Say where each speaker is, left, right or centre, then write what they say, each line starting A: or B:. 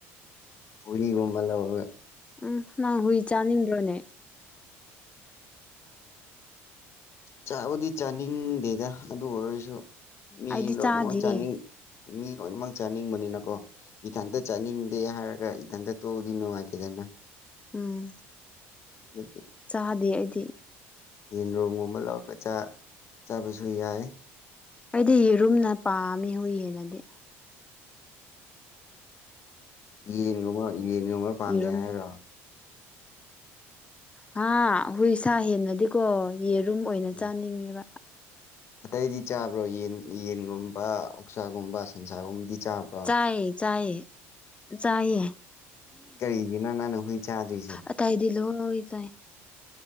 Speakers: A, on the left; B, on the left.
A: ꯍꯨꯏꯒꯨꯝꯕ ꯂꯧꯔꯒ
B: ꯎꯝ ꯅꯪ ꯍꯨꯏ ꯆꯥꯅꯤꯡꯕꯔꯅꯦ
A: ꯆꯥꯕꯨꯗꯤ ꯆꯥꯅꯤꯡꯗꯦꯗ ꯑꯗꯨ ꯑꯣꯏꯔꯁꯨ ꯃꯤ
B: ꯑꯩꯗꯤ
A: ꯂꯣꯏꯅꯃꯛ
B: ꯆꯥꯗꯤꯌꯦ
A: ꯆꯥꯅꯤꯡꯉꯤ ꯃꯤ ꯂꯣꯏꯅꯃꯛ ꯆꯥꯅꯤꯡꯕꯅꯤꯅꯀꯣ ꯏꯊꯟꯇ
B: ꯎꯝ
A: ꯆꯥꯅꯤꯡꯗꯦ ꯍꯥꯏꯔ ꯏꯟ ꯇꯣꯗꯤꯅꯣ ꯍꯥꯏꯗꯅ
B: ꯎꯝ
A: ꯗꯨꯗꯤ
B: ꯆꯥꯗꯦ ꯑꯩꯗꯤ
A: ꯌꯦꯟꯔꯨꯝꯝꯒꯨꯝꯕ ꯂꯧꯔꯒ ꯆꯥꯕꯁꯨ ꯌꯥꯏ
B: ꯑꯩꯗꯤ ꯌꯦꯔꯨꯝꯅ ꯄꯥꯝꯃꯤ ꯍꯨꯏꯗꯒꯤꯗꯤ
A: ꯑꯦ ꯌꯦꯟꯒꯨꯝꯕ ꯌꯦꯟꯒꯨꯝꯕ ꯄꯥꯝꯗꯦ
B: ꯌꯦꯔꯨꯝ
A: ꯍꯥꯏꯔꯣ
B: ꯍꯥꯥ ꯍꯨꯏ ꯁꯥ ꯍꯦꯟꯅꯗꯤꯀꯣ ꯌꯦꯔꯨꯝ ꯑꯣꯏꯅ
A: ꯎꯝ
B: ꯆꯥꯅꯤꯡꯉꯦꯕ
A: ꯑꯇꯩꯗꯤ ꯆꯥꯕ꯭ꯔꯣ ꯌꯦꯟ ꯌꯦꯟꯒꯨꯝꯕ ꯑꯣꯛꯁꯥꯒꯨꯝꯕ ꯁꯟꯁꯥꯒꯨꯝꯕꯗꯤ ꯆꯥꯕ꯭ꯔꯣ
B: ꯌꯥꯥꯏꯌꯦ ꯌꯥꯥꯏꯌꯦ ꯌꯥꯌꯦ
A: ꯀꯔꯤꯒꯤꯅꯣ ꯅꯪꯅ ꯍꯨꯏ ꯆꯥꯗ꯭ꯔꯤꯁꯦ
B: ꯑ ꯇꯥꯏꯗꯤ ꯂꯅ ꯑꯣꯏ ꯆꯥꯏ